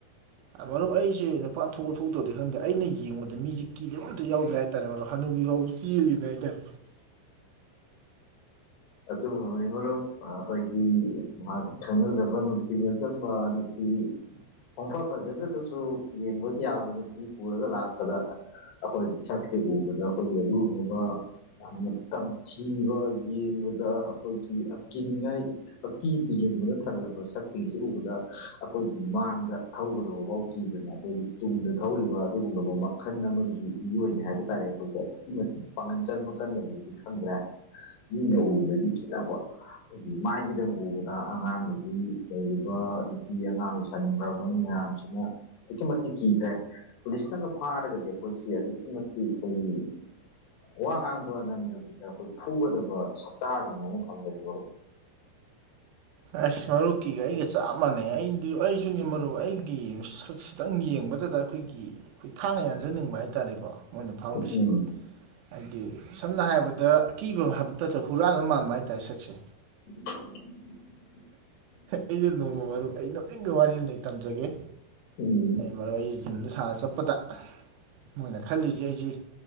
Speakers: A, on the right; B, on the left.
A: ꯑꯥ ꯃꯔꯨꯞ ꯑꯩꯁꯦ ꯅꯨꯄꯥ ꯊꯣꯛꯄ ꯊꯣꯛꯇꯧꯗꯤ ꯈꯪꯗꯦ ꯑꯩꯅ ꯌꯦꯡꯕꯗ ꯃꯤꯁꯦ ꯀꯤꯗꯕ ꯑꯝꯇ ꯌꯥꯎꯗ꯭ꯔꯦ ꯇꯥꯔꯦ ꯃꯔꯨꯞ ꯍꯟꯅꯨꯕꯤ ꯐꯥꯎꯕ ꯆꯦꯜꯂꯤꯅꯦ ꯍꯥꯏꯇꯥꯔꯦ
B: ꯑꯆꯨꯝꯕꯃꯛꯅꯤ ꯃꯔꯨꯞ ꯑꯩꯈꯣꯏꯒꯤ ꯃꯍꯥꯛ ꯈꯪꯅꯖꯕ ꯅꯨꯡꯁꯤꯅꯖꯕ ꯅꯨ ꯄꯨꯡꯐ ꯐꯖꯗ꯭ꯔꯒꯁꯨ ꯌꯦꯡꯕ ꯌꯥꯕ ꯅꯨꯄꯤ ꯄꯨꯔꯒ ꯂꯥꯛꯄꯗ ꯑꯩꯈꯣꯏꯒꯤ ꯁꯛꯁꯦ ꯎꯕꯗ ꯑꯩꯈꯣꯏꯒꯤ ꯑꯗꯨꯒꯨꯝꯂꯕ ꯌꯥꯝꯅ ꯇꯝꯊꯤꯕ ꯌꯦꯡꯕꯗ ꯑꯩꯈꯣꯏꯒꯤ ꯑꯀꯤꯅꯤꯡꯉꯥꯏ ꯑꯀꯤ ꯇꯤꯖꯨꯡꯕꯅ ꯊꯜꯂꯕ ꯁꯛꯁꯤꯡꯁꯤ ꯎꯕꯗ ꯑꯩꯈꯣꯏꯒꯤ ꯃꯥꯡꯗ ꯊꯧꯒꯗꯕꯐꯥꯎ ꯀꯤꯗꯅ ꯑꯩꯈꯣꯏꯒꯤ ꯇꯨꯡꯗ ꯊꯧꯔꯤꯕ ꯑꯗꯨꯒꯨꯝꯂꯕ ꯃꯈꯜ ꯑꯃꯒꯤ ꯃꯤꯑꯣꯏꯅꯤ ꯍꯥꯏꯕ ꯇꯥꯔꯦ ꯑꯩꯈꯣꯏꯁꯦ ꯃꯄꯥꯡꯒꯟ ꯀꯟꯕ ꯀꯟꯗꯕꯗꯨꯗꯤ ꯈꯪꯗ꯭ꯔꯦ ꯃꯤꯅ ꯎꯕꯗꯗꯤ ꯀꯤꯅꯕ ꯑꯩꯈꯣꯏꯒꯤ ꯃꯥꯏꯁꯤꯗꯪ ꯎꯕꯗ ꯑꯉꯥꯡꯗꯨꯒꯤ ꯂꯩꯔꯤꯕ ꯅꯨꯄꯤ ꯑꯉꯥꯡꯗꯨ ꯁꯟ ꯕ꯭ꯔꯃꯟ ꯃꯌꯥꯝ ꯁꯤꯅ ꯑꯗꯨꯛ ꯀꯤ ꯃꯥꯇꯤꯛ ꯀꯤꯈꯔꯦ ꯄꯨꯂꯤꯁꯅꯒ ꯐꯥꯔꯒꯗꯤ ꯑꯩꯈꯣꯏꯁꯤ ꯑꯗꯨꯛꯀꯤ ꯃꯇꯤꯛ ꯑꯩꯈꯣꯏꯒꯤ ꯋꯥ ꯉꯥꯡꯕ ꯅꯡꯗꯕꯤꯗ ꯑꯩꯈꯣꯏ ꯐꯨꯒꯗꯕ ꯁꯛꯇꯥ ꯑꯗꯨꯃꯥꯏꯅ ꯐꯪꯕꯁꯦ ꯃꯔꯨꯞ
A: ꯑꯁ ꯃꯔꯨꯞꯀꯤꯒ ꯑꯩꯒ ꯆꯞ ꯃꯥꯟꯅꯩ ꯑꯩꯗꯤ ꯑꯩꯁꯨꯅꯦ ꯃꯔꯨꯞ ꯑꯩꯒꯤ ꯁꯛ ꯈꯤꯇꯪ ꯌꯦꯡꯕꯗꯗ ꯑꯩꯈꯣꯏꯒꯤ ꯑꯩꯈꯣꯏ ꯊꯥꯡꯅ ꯌꯥꯟꯖꯟꯅꯤꯡꯕ ꯍꯥꯏ ꯇꯥꯔꯦꯀꯣ ꯃꯣꯏꯅ ꯐꯥꯎꯔꯤꯁꯦ
B: ꯎꯝ
A: ꯍꯥꯏꯗꯤ ꯁꯝꯅ ꯍꯥꯏꯔꯕꯗ ꯑꯀꯤꯕ ꯍꯥꯏꯕ ꯅꯠꯇꯅ ꯍꯨꯔꯥꯟꯕ ꯃꯥꯟꯕ ꯍꯥꯏ ꯇꯥꯔꯦ ꯁꯛꯁꯦ
B: ꯎꯝ <unintelligible>
A: ꯑꯩꯁꯨ ꯅꯣꯡꯃ ꯃꯔꯨꯞ ꯑꯩ ꯅꯣꯛꯅꯤꯡꯕ ꯋꯥꯔꯤ ꯑꯃ ꯂꯩ ꯇꯝꯖꯒꯦ
B: ꯎꯝ
A: ꯑꯩ ꯃꯔꯨꯞ ꯑꯩꯁꯤ ꯖꯤꯝꯗ ꯁꯥꯥꯟꯅ ꯆꯠꯄꯗ ꯃꯣꯏꯅ ꯈꯜꯂꯤꯁꯤ ꯑꯩꯁꯤ